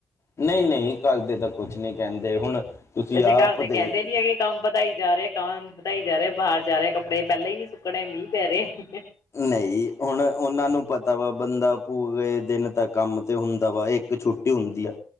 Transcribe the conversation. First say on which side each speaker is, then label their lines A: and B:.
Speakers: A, on the left (about 50°); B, on the left (about 65°).
A: ਨਹੀਂ-ਨਹੀਂ ਕੱਲ ਦੇ ਤਾਂ ਕੁਛ ਨਹੀਂ ਕਹਿੰਦੇ ਹੁਣ ਤੁਸੀਂ
B: ਅਸੀਂ
A: ਆਪ
B: ਘਰ ਦੇ
A: ਦੇਖ
B: ਕਹਿੰਦੇ ਨੀ ਹੈਗੇ ਕੰਮ ਵਧਾਈ ਜਾ ਰਿਹਾ, ਕੰਮ ਵਧਾਈ ਜਾ ਰਿਹਾ ਬਾਹਰ ਜਾ ਰਹੇ ਕੱਪੜੇ ਪਹਿਲਾਂ ਹੀ ਨੀ ਸੁੱਕਣੇ ਮੀਂਹ ਪੈ ਰਹੇ।
A: ਨਹੀਂ। ਹੁਣ ਉਹਨਾਂ ਨੂੰ ਪਤਾ ਵਾ ਬੰਦਾ ਪੂਰੇ ਦਿਨ ਤਾਂ ਕੰਮ ਤੇ ਹੁੰਦਾ ਵਾ ਇੱਕ ਛੁੱਟੀ ਹੁੰਦੀ ਆ